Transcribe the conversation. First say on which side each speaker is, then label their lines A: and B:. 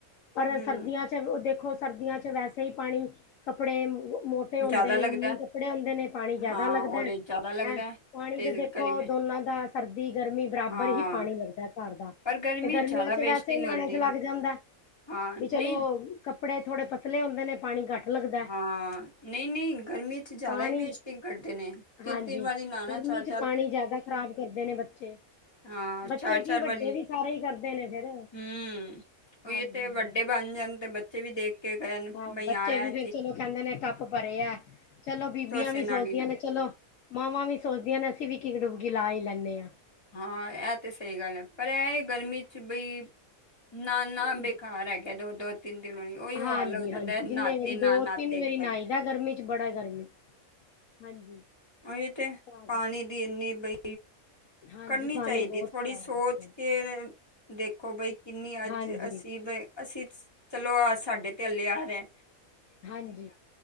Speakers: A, on the left (about 70°); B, on the left (about 20°).
A: ਪਰ
B: ਹੂੰ
A: ਸਰਦੀਆਂ ਚ ਦੇਖੋ ਸਰਦੀਆਂ ਚ ਵੈਸੇ ਹੀ ਪਾਣੀ ਕੱਪੜੇ ਮੋ ਹੁੰਦੇ
B: ਜ਼ਿਆਦਾ
A: ਨੇ
B: ਲੱਗਦਾ
A: ਉਨੀ
B: ਹੈ।
A: ਕੱਪੜੇ ਹੁੰਦੇ ਨੇ ਪਾਣੀ ਜਿਆਦਾ
B: ਹਾਂ
A: ਲੱਗਦਾ
B: ਉਹਦੇ
A: ਹੈਂ,
B: ਜ਼ਿਆਦਾ ਲੱਗਦਾ ਹੈ,
A: ਪਾਣੀ
B: ਤੇ
A: ਦੇ ਦੇਖੋ
B: ਗਰਮੀ
A: ਦੋਨਾਂ ਦਾ ਸਰਦੀ, ਗਰਮੀ ਬਰਾਬਰ
B: ਹਾਂ
A: ਹੀ ਪਾਣੀ ਲੱਗਦਾ। ਕਰਦਾ
B: ਪਰ ਗਰਮੀ
A: ਤੇ ਗਰਮੀਆਂ
B: ਜ਼ਿਆਦਾ
A: ਚ
B: ਵੇਸਟਿੰਗ
A: ਵੈਸੇ ਹੀ ਨਹਾਉਣੇ
B: ਹੁੰਦੀ
A: ਚ ਲੱਗ
B: ਹੈ
A: ਜਾਂਦਾ
B: ਹਾਂ
A: ਵੀ
B: ਨਹੀਂ
A: ਚਲੋ ਕੱਪੜੇ ਥੋੜੇ ਪਤਲੇ ਹੁੰਦੇ ਨੇ ਪਾਣੀ ਘੱਟ। ਲੱਗਦਾ
B: ਹਾਂ ਨਹੀਂ ਨਹੀਂ ਗਰਮੀ ਚ ਜ਼ਿਆਦਾ
A: ਪਾਣੀ
B: ਹੀ ਵੇਸਟਿੰਗ ਕਰਦੇ ਨੇ ਤਿੰਨ-
A: ਹਾਂਜੀ
B: ਤਿੰਨ ਵਾਰੀ ਨਾ ਨਾ
A: ਗਰਮੀ
B: ਛੱਡ
A: ਪਾਣੀ ਜਿਆਦਾ ਖ਼ਰਾਬ ਕਰਦੇ ਨੇ ਬੱਚੇ।
B: ਹਾਂ
A: ਬੱਚੇ
B: ਚਾਰ-
A: ਕੀ
B: ਚਾਰ
A: ਵੱਡੇ
B: ਵਾਰੀ,
A: ਵੀ ਸਾਰੇ ਹੀ ਕਰਦੇ ਨੇ ਫੇਰ
B: ਹਮ ਉਹੀ
A: ਹਾਂਜੀ
B: ਤੇ ਵੱਡੇ
A: ਹਾਂਜੀ
B: ਬਣ ਜਾਣ ਤੇ ਬੱਚੇ ਵੀ ਦੇਖ ਕੇ ਕਰਨ
A: ਹਾਂ,
B: ਬਈ
A: ਬੱਚੇ
B: ਆਇਆ।
A: ਵੀ ਫੇਰ ਚਲੋ, ਕਹਿੰਦੇ ਨੇ ਟੱਪ ਭਰੇ ਹੈ ਚਲੋ ਬੀਬੀਆਂ
B: ਢੋਸੇ
A: ਵੀ
B: ਨਾਲ
A: ਸੋਚਦੀਆਂ
B: ਹੀ
A: ਨੇ ਚਲੋ ਮਾਵਾਂ ਵੀ ਸੋਚਦੀਆਂ ਨੇ ਅਸੀਂ ਵੀ ਕਿਗ ਡੁਬਕੀ ਲਾ ਹੀ ਲੈਂਦੇ ਹਾਂ।
B: ਹਾਂ, ਇਹ ਤਾਂ ਸਹੀ ਗੱਲ ਹੈ ਪਰ ਇਹ ਗਰਮੀ 'ਚ ਬਈ ਨਾ- ਨਾ
A: ਹਾਂਜੀ।
B: ਬੇਕਾਰ ਹੈਗਾ ਦੋ -ਦੋ ਤਿੰਨ ਦਿਨ ਹੋ। ਉਹੀ
A: ਹਾਂਜੀ,
B: ਹਾਲ ਜਾਂਦਾ
A: ਹਾਂਜੀ
B: ਹੈ ਨਾਤੇ
A: ਜਿੰਨੇ ਮੇਰੀ
B: ਨਾ
A: ਦੋ
B: ਨਾਤੇ
A: ਤਿੰਨ
B: ਇੱਕ
A: ਮੇਰੀ
B: ਵਾਰੀ
A: ਨਾਈ ਦਾ ਗਰਮੀ ਚ ਬੜਾ ਗਰਮੀ ਹਾਂਜੀ
B: ਉਹੀ ਤੇ
A: ਤਾਂ
B: ਪਾਣੀ
A: ਕਰਕੇ
B: ਦੀ ਇੰਨੀ ਬਈ
A: ਹਾਂਜੀ
B: ਕਰਨੀ
A: ਪਾਣੀ
B: ਚਾਹੀਦੀ
A: ਬਹੁਤ
B: ਥੋੜ੍ਹੀ
A: ਖ਼ਰਾਬ
B: ਸੋਚ
A: ਕਰਦੇ ਨੇ
B: ਕੇ ਦੇਖੋ ਬਈ ਕਿੰਨੀ ਅੱਜ
A: ਹਾਂਜੀ
B: ਅਸੀਂ ਬ ਅਸੀਂ ਚਲੋ ਸਾਡੇ ਤੇ ਅੱਲੇ ਆਖਦੇ
A: ਹਾਂਜੀ,